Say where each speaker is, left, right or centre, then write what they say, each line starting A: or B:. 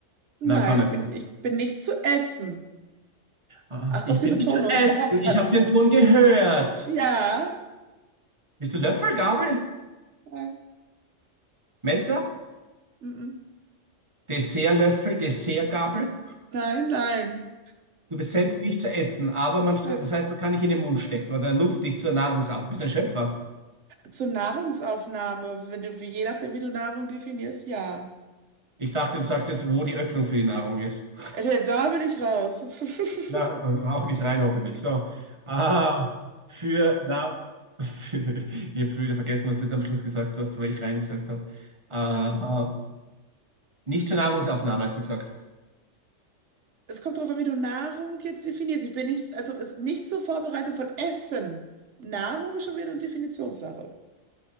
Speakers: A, on the right; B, on the right.
A: Nein,
B: Na, kann nicht.
A: ich bin,
B: sein.
A: ich bin nichts zu essen.
B: Ah,
A: Acht
B: ich
A: auf die
B: bin
A: Betonung.
B: nicht zu essen,
A: <laughs>
B: ich habe den Ton gehört.
A: Ja.
B: Bist du Löffel, Gabel,
A: Nein.
B: Messer,
A: Mhm.
B: Dessertlöffel, Dessertgabel?
A: Nein, nein.
B: Du bist selbst nicht zu essen, aber man, stra-
A: Nein.
B: das heißt, man kann dich in den Mund stecken oder nutzt dich zur Nahrungsaufnahme. Du bist ein Schöpfer.
A: Zur Nahrungsaufnahme, wenn du, wie- je nachdem, wie du Nahrung definierst, ja.
B: Ich dachte, du sagst jetzt, wo die Öffnung für die Nahrung ist. <laughs>
A: Äh, Da bin ich raus. <laughs>
B: Na, auch nicht rein, hoffentlich. So. Ah, für, na, <laughs> ich habe schon wieder vergessen, was du jetzt am Schluss gesagt hast, weil ich rein gesagt habe. Ah, nicht zur Nahrungsaufnahme, hast du gesagt.
A: Es kommt darauf an, wie du Nahrung jetzt definierst. Ich bin nicht, also ist nicht zur Vorbereitung von Essen. Nahrung ist schon wieder eine Definitionssache.